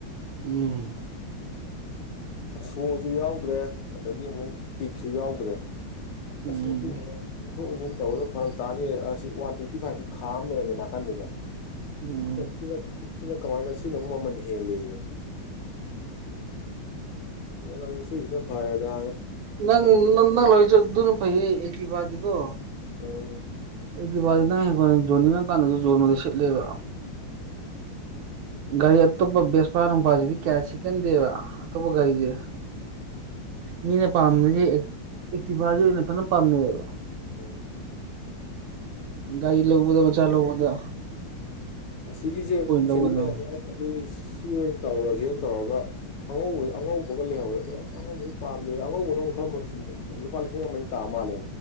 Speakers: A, on the right; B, on the left.
A: ꯎꯝ
B: ꯁꯣꯁꯨ ꯌꯥꯎꯗ꯭ꯔꯦ ꯑꯗꯨꯗꯒꯤ ꯑꯃꯨꯛ ꯀꯤꯛꯁꯨ ꯌꯥꯎꯗ꯭ꯔꯦ ꯑꯁ
A: ꯎꯝ
B: ꯍꯥꯏ ꯌꯥꯅꯤ ꯊꯣꯛ ꯏꯟꯁꯤꯟ ꯇꯧꯒꯗꯕ ꯐꯔꯛ ꯇꯥꯅꯤ ꯑꯁꯤ ꯋꯥꯟ ꯇ꯭ꯋꯦꯟꯇꯤ ꯐꯥꯏꯚꯁꯤ ꯈꯥ ꯑꯃ ꯂꯩꯔꯝꯃꯦ ꯅꯥꯀꯟꯗꯨꯗ
A: ꯎꯝ
B: ꯑꯦ ꯁꯤꯅ ꯁꯤꯅ ꯀꯃꯥꯏꯅ ꯁꯤꯅ ꯑꯃꯨꯛ ꯃꯃꯟ ꯍꯦꯜꯜꯂꯤꯁꯦ ꯂꯁꯤꯁꯤꯅ ꯐꯗ
A: ꯅꯪ ꯅꯪ ꯂꯣꯏꯁꯨ ꯑꯗꯨꯅ ꯐꯩꯌꯦ ꯑꯩꯛꯇꯤ ꯄꯗꯤꯀꯣ
B: ꯑ
A: ꯑꯩꯗꯤ ꯋꯥꯗꯤ ꯅꯪ ꯍꯈꯣꯏꯅ ꯌꯣꯟꯅꯤꯡꯉꯀꯥꯟꯗꯁꯨ ꯌꯣꯟꯕꯗ ꯁꯤꯠꯂꯦꯕ
B: ꯎꯝ
A: ꯒꯥꯔꯤ ꯑꯇꯣꯞꯄ ꯕꯦꯁꯄꯥ ꯅꯨꯡꯄꯥꯁꯤꯗꯤ ꯀꯌꯥ ꯁꯤꯛꯀꯟꯗꯦꯕ ꯑꯇꯣꯞꯄ ꯒꯥꯔꯤꯁꯦ ꯃꯤꯅ ꯄꯥꯝꯅꯁꯦ ꯑꯦꯛꯇꯤꯚꯥꯁꯦ ꯑꯣꯏꯅ ꯐꯖꯅ ꯄꯥꯝꯅꯩꯌꯦꯕ
B: ꯎꯝ
A: ꯒꯥꯔꯤ ꯂꯧꯕꯧꯕꯗ ꯃꯆꯥ ꯂꯧꯕꯧꯕꯗ
B: ꯁꯤꯒꯤꯁꯦ ꯈꯦ
A: ꯂꯧꯒꯗꯕꯅꯤ
B: ꯁꯤ ꯑꯣꯏꯅ ꯇꯧꯔ ꯁꯤ ꯑꯣꯏꯅ ꯇꯧꯔꯒ ꯑꯉꯧꯕ ꯑꯉꯧꯕꯒ ꯂꯩꯍꯧꯋꯦ ꯑꯗꯣ ꯑꯁ ꯑꯉꯧꯕꯗꯤ ꯄꯥꯝꯗꯦꯗ ꯑꯉꯧꯕ ꯄꯨꯣꯔꯣ ꯈꯔ ꯂꯨꯄꯥ ꯂꯤꯁꯤꯡ ꯑꯃ ꯇꯥ ꯃꯥꯜꯂꯦ